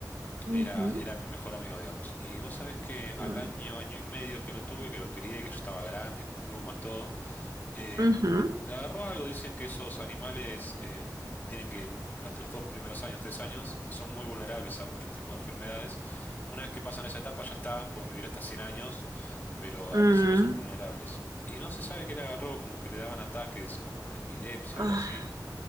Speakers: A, on the right (about 55°); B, on the left (about 25°).
A: ujú,
B: Era, era mi mejor amigo, digamos. Y vos sabés que al
A: mm,
B: año, año y medio que lo tuve, que lo crié, que yo estaba grande, con plumas, todo. Eh,
A: ujú,
B: de- le agarró algo, dicen que esos animales eh, tienen que, durante los dos primeros años, tres años, son muy vulnerables a muchos tipos de enfermedades. Una vez que pasan esa etapa ya está, pueden vivir hasta 100 años, pero al
A: mm.
B: principio son vulnerables. Y no se sabe qué le agarró, como que le daban ataques como de epilepsia,
A: Ah,
B: algo así.